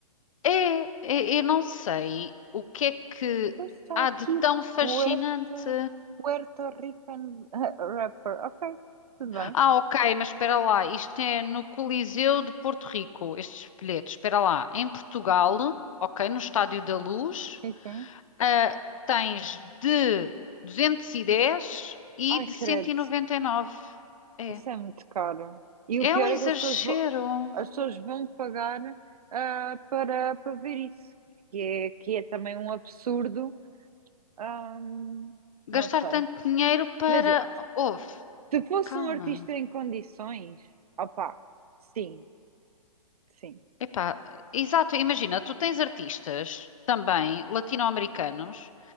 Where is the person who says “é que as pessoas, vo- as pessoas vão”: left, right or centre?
Right